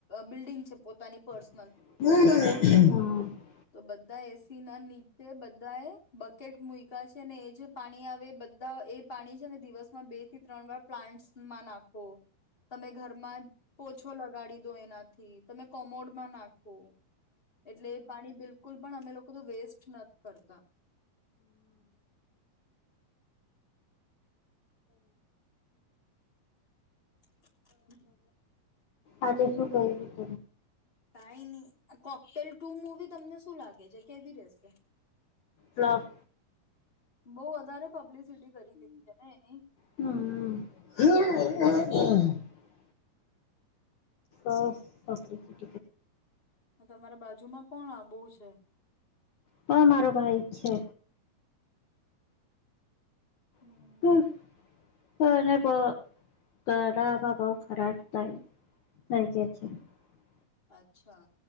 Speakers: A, on the left (about 15°); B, on the left (about 60°).
A: બિલ્ડિંગ છે પોતાની પર્સ
B: હ.
A: તો બધા એસી ના નીચે બધા એ બકેટ મુયકા છે ને એ જે પાણી આવે એ બધા એ પાણી છે ને દિવસમાં બે થી ત્રણ વાર પ્લાન્ટમાં નાખો. તમે ઘરમાં પોછો લગાડી દો એનાથી તમે કોમોડમાં નાખો. એટલે પાણી બિલકુલ પણ અમે લોકો તો વેસ્ટ નથ કરતા. <inaudible>
B: આજે શું કર્યું. ત
A: કાઈ ની કોકટેલ ટુ મુવી તમને શું લાગે છે કેવી રેશે.
B: ફ્લૉપ
A: બઉ વધારે પબ્લિસિટી કરી દીધી છે ને એની.
B: હમ <unintelligible> ઓ ઓક
A: તમારા બાજુમાં કોણ આ બોવ છે.
B: પણ મારો ભાઈ છે.
A: હમ
B: <unintelligible>
A: અચ્છા